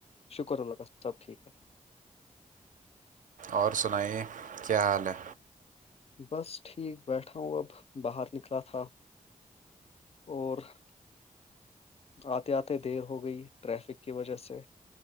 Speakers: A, on the left; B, on the right.
A: شکر اللہ کا سب ٹھیک ہے
B: اور سنائیے کیا حال ہے
A: بس ٹھیک بیٹھا ہوں اب باہر نکلا تھا اور آتے آتے دیر ہو گئی ٹریفک کی وجہ سے